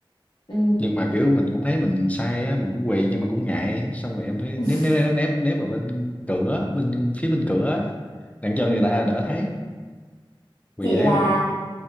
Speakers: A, on the left; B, on the left.
A: ừ,
B: nhưng mà kiểu mình cũng thấy mình sai á mình cũng quỳ nhưng mà cũng ngại xong rồi em phải
A: <laughs>
B: nép nép nép nép nép vào bên cửa bên phía bên cửa á, đặng cho
A: ừ.
B: người ta đỡ thấy quỳ
A: chị
B: đấy
A: là
B: một